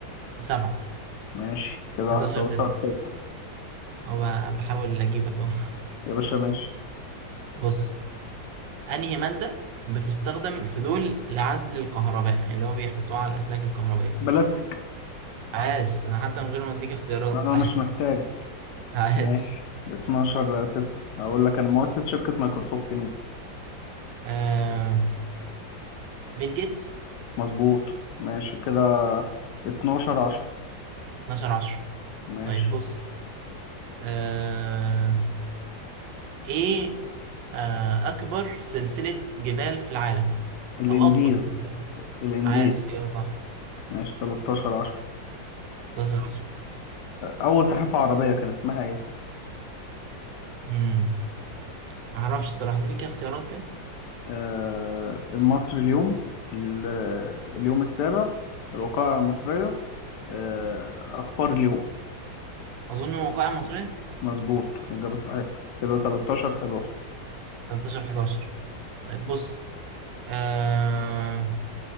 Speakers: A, on the right (about 80°); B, on the left (about 70°).
A: 7
B: ماشي كده
A: 11
B: 11
A: 9
B: 9
A: هو بحاول اجيبك اهو
B: يا باشا ماشي
A: <laughs> بص انهي مادة بتستخدم في دول لعزل الكهرباء اللي هو بيحطوها على الاسلاك الكهربائية
B: بلاستيك
A: عاش انا حتى من غير ما اديك اختيارات
B: انا
A: <laughs>
B: مش محتاج
A: عاش
B: ماشي 12 9 هقول لك انا مؤسس شركة مايكروسوفت مين
A: آه بيل جيتس
B: مظبوط ماشي كده 12 10
A: 12 10
B: ماشي
A: طيب بص آه ايه آه اكبر سلسلة جبال في العالم
B: الانديز
A: او اطول سلسلة
B: الانديز
A: عاش ايوه صح
B: ماشي 13 10
A: 12
B: أول صحيفة عربية كان اسمها إيه؟
A: امم ما اعرفش الصراحه اديني كده اختيارات كده
B: آه، مصر اليوم ال- اليوم السابع الوقائع المصرية آه، أخبار اليوم
A: اظن موقعي مصرية
B: مظبوط إجابة صحيحة كده 13 11
A: 13 11 طيب بص آه